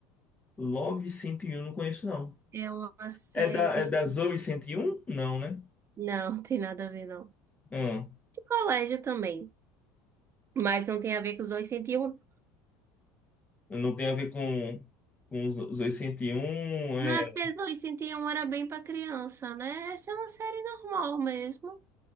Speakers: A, on the left; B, on the right.
A: Love cento e um não conheço não.
B: É uma série.
A: É da, é da Zoe cento e um Não, né?
B: Não, <laughs> tem nada a ver, não.
A: Hum,
B: De colégio também. Mas não tem a ver com os 101.
A: não tem a ver com, com os os Zoe 101, é...
B: Não, é porque os 201 era bem pra criança, né? Essa é uma série normal mesmo.